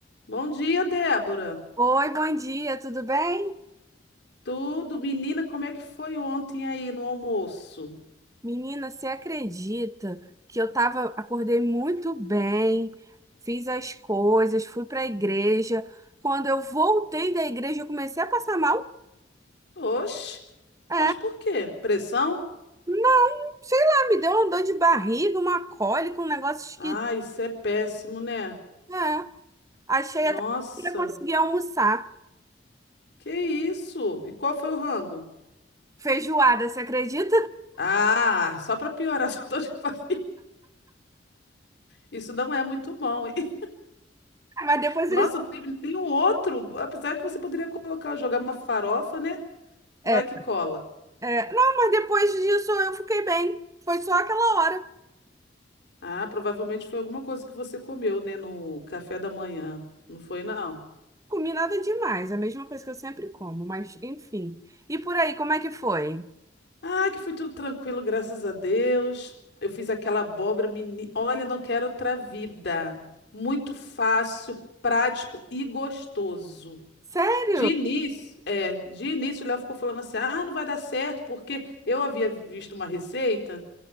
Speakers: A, on the left (about 65°); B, on the right (about 20°).
A: Bom dia, Débora.
B: Oi, bom dia, tudo bem?
A: Tudo, menina, como é que foi ontem aí no almoço?
B: Menina, você acredita que eu tava, acordei muito bem, fiz as coisas, fui para a igreja. Quando eu voltei da igreja, eu comecei a passar mal.
A: Oxe,
B: É,
A: mas por quê? Pressão?
B: não, sei lá, me deu uma dor de barriga, uma cólica, um negócio esquisito.
A: Ah, isso é péssimo, né?
B: É, achei
A: Nossa,
B: até que eu ia conseguir almoçar.
A: que isso? E qual foi o rango?
B: Feijoada, você acredita?
A: Ah, só para piorar, <laughs> só tô te falando. Isso não é muito bom, hein?
B: <laughs> Mas depois
A: Nossa,
B: eles.
A: não teve nenhum outro, apesar que você poderia colocar, jogar uma farofa, né? Vai
B: É,
A: que cola.
B: é, não, mas depois disso eu fiquei bem. Foi só aquela hora.
A: Ah, provavelmente foi alguma coisa que você comeu, né, no café da manhã. Não foi, não?
B: Comi nada demais, é a mesma coisa que eu sempre como, mas enfim. E por aí, como é que foi?
A: Ah, que foi tudo tranquilo, graças a Deus. Eu fiz aquela abóbora, menina. Olha, não quero outra vida. Muito fácil, prático e gostoso.
B: Sério?
A: De início, é, de início o Léo ficou falando assim: "Ah, não vai dar certo", porque eu havia visto uma receita